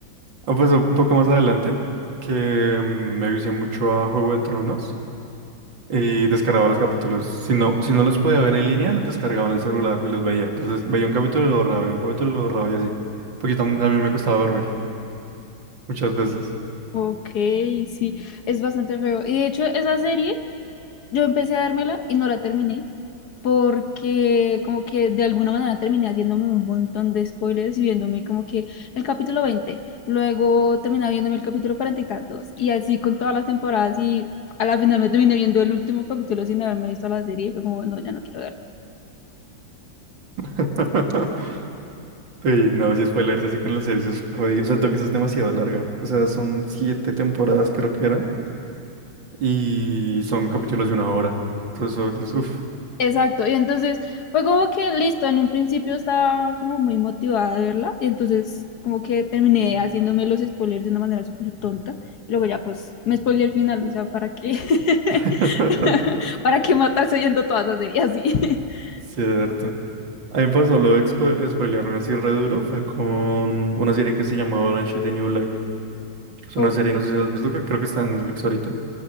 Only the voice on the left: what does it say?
Ok, sí, es bastante feo. Y de hecho, esa serie, yo empecé a dármela y no la terminé porque como que de alguna manera terminé haciéndome un montón de spoilers y viéndome como que el capítulo 20 luego terminaba viéndome el capítulo 40 y tantos, y así con todas las temporadas y a la final me terminé viendo el último capítulo sin haberme visto la serie y fue como, no, ya no quiero
Exacto, y entonces fue como que listo, en un principio estaba como muy motivada de verla, y entonces como que terminé haciéndome los spoilers de una manera súper tonta, y luego ya pues me spoilé el final, o sea, ¿para qué?
<laughs> ¿Para qué matarse viendo todas las series así? <laughs>
Ok,